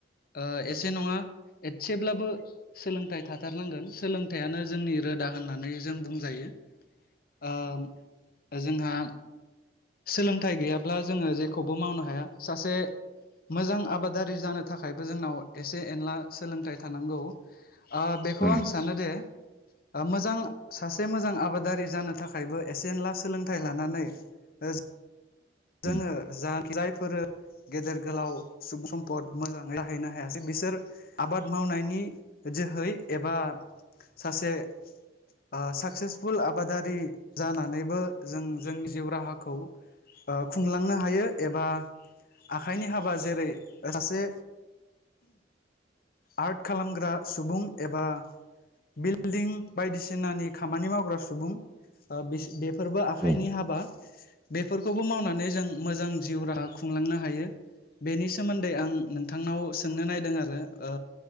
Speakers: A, on the left; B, in the centre.
A: ओ एसे नङा एसेब्लाबो सोलोंथाइ थाथारनांगोन सोलोंथाइयानो जोंनि रोदा होननानै जों बुंजायो
B: <inaudible>
A: ओ जोंहा सोलोंथाइ गैयाब्ला जोङो जेखौबो मावनो हाया सासे मोजां आबादारि जानो थाखायबो जोंनाव एसे एनला सोलोंथाइ थानांगौ ओ बेखौ
B: उम
A: आं सानोदि ओ मोजां सासे मोजां आबादारि जानो थाखायबो एसे एनला सोलोंथाइ लानानै ओ जो
B: उम
A: जोङो जाहाकि जायफोरो गेदेर गोलाव सुबुं सम्पद मोजाङै जाहैनो हायासै बिसोर आबाद मावनायनि जोहै एबा सासे ओ साक्सेसफुल आबादारि जानानैबो जों जोंनि जिउ राहाखौ ओ खुंलांनो हायो एबा आखाइनि हाबा जेरै सासे आर्ट खालामग्रा सुबुं एबा बिल्डिं बायदिसिनानि खामानि मावग्रा सुबुं ओ बिसि बे फोरबो आखाइनि
B: उम
A: हाबा बेफोरखौबो मावनानै जों मोजां जिउ राहा खुंलांनो हायो बेनि सोमोन्दै आं नोंथांनाव सोंनो नायदों आरो ओ